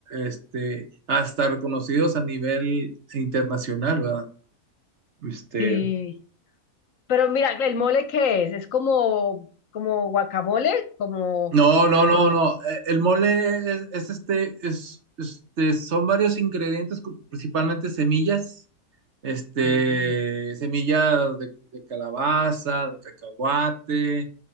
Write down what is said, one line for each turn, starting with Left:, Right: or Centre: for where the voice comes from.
Right: este, hasta reconocidos a nivel internacional, ¿verdad? Este,
Left: Sí. Pero mira, ¿el mole qué es? Es como, como guacamole, como...
Right: No, no, no, no. Eh, El mole es, es este, es, este, son varios ingredientes, cu- principalmente semillas, este,
Left: mm,
Right: semillas de, de calabaza, de cacahuate,